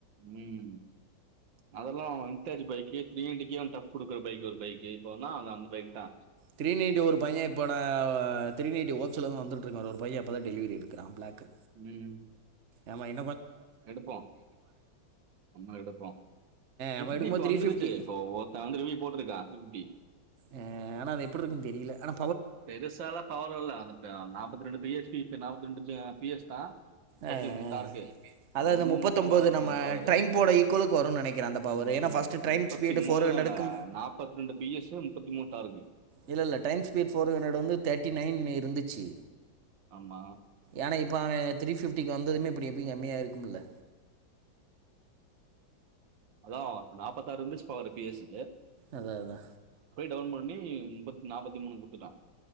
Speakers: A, on the right; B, on the right.
A: உம் அதெல்லா வந்தாஜ் பைக்கீத் விஎன்டுக்கே அவ டஃப் குடுக்குற பைக் ஒரு பைக்கு இப்போனா அது அந்த பைக் தா
B: த்ரீ நைன்ட்டி ஒரு பைய எப்படா த்ரீ நைன்ட்டி ஹோக்ஸ்லந்து வந்துட்டருக்கா அது ஒரு பையா இப்போத டெலிவரி எடுத் கிராம் பிளாக்கு
A: ம்
B: எமைன்
A: எடுப்போ நம்ம எடுப்போ த்ரீ
B: நம்ம
A: பிப்டி
B: எடுக்கும்போது
A: இப்ப வந்துருச்சு
B: ஃபிஃப்டி
A: இப்போ ஒருத்த வந்து ரிவிவ் போட்ருக்கா த்ரீ பிஃப்டி
B: ஆ ஆனா அது எப்டி இருக்குன்னு தெரில ஆனா
A: பெருசாலா பவர் அல்ல அ நாப்பத்தி ரெண்டு பிஎச்பி நாப்பத்தி ரெண்டுமே பி எஸ் தா முப்பத்தி
B: ஆ
A: முட்டாருக்கு
B: ஆ அதா
A: ரொம்ப
B: இந்த முப்பத்தொம்போது
A: மட்டமா தா இருக்கு
B: நம்ம
A: பவரு
B: ட்ரைம்ப்போட ஈக்குவலுக்கு வரும்னு நெனைக்கிறே அந்த பவர்
A: உம்
B: ஏன்னா ஃபஸ்ட்டு ட்ரைம்
A: முப்பத்தி
B: ஸ்பீடு ஃபோர்
A: மூணு
B: ஹண்ட்ரடுக்கு
A: தான்டா நாப்பத்து ரெண்டு பி எஸ் ஸு முப்பத்தி மூன் டால்லுமி
B: இல்ல இல்ல டைம் ஸ்பீட் ஃபோர் ஹண்ட்ரட் வந்து தெர்ட்டி நைன் இருந்துச்சு
A: ஆமா.
B: ஏன்னா இப்ப அவ த்ரீ பிஃப்டிக்கு வந்ததுமே இப்டிம் இது எண்ணெய்யா இருக்குதுல்ல
A: அதா நாப்பத்தாறு இருந்துச்சுப்பா ஒரு பி எஸ் ஸுக்கு
B: அதா அதா
A: டோவ்ன் பண்ணி முப்பத் நாற்பத்தி மூணு குடுத்துட்டா